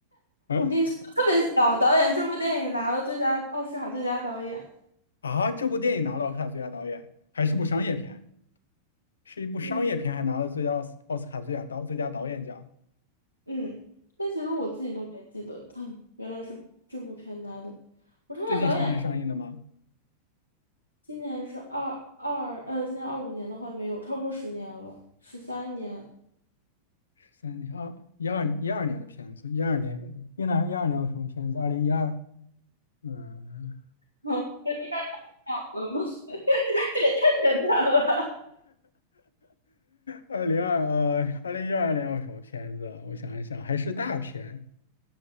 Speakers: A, on the left (about 70°); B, on the left (about 85°).
A: 嗯
B: 你说得特别小导演这部电影拿了最佳奥斯卡最佳导演，
A: 啊，这部电影拿了奥斯卡最佳导演，还是部商业片，是一部商业片，
B: 嗯
A: 还拿了最佳奥斯奥斯卡最佳导最佳导演奖，
B: 嗯，但其实我自己都没记得，<laughs> 他原来是这部片拿的。我看看导演。
A: 最近十年上映的吗？
B: 今年是二二，呃，今年二五年的话没有，超过十年了，十三年。<laughs>
A: 三年二一二一二年的片子，一二年一二一二年有什么片子？二零一二，嗯，
B: 哦，这样了吗？<laughs> 这也太简单了。
A: 二零二呃二零一二年有什么片子啊我想一想，还是大片，